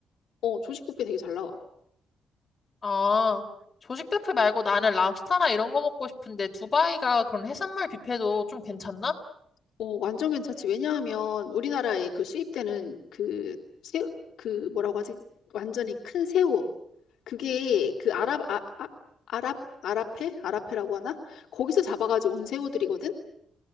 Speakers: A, on the left; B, on the left.
A: 어 조식 뷔페 되게 잘 나와.
B: 아, 조식 뷔페 말고 나는 랍스타나 이런 거 먹고 싶은데 두바이가 그런 해산물 뷔페도 좀 괜찮나?
A: 어 완전 괜찮지. 왜냐하면 우리나라에 그 수입되는 그 새 그 뭐라고 하지? 완전히 큰 새우 그게 그 아랍 아, 아, 아랍 아랍해? 아랍해라고 하나? 거기서 잡아가지고 온 새우들이거든?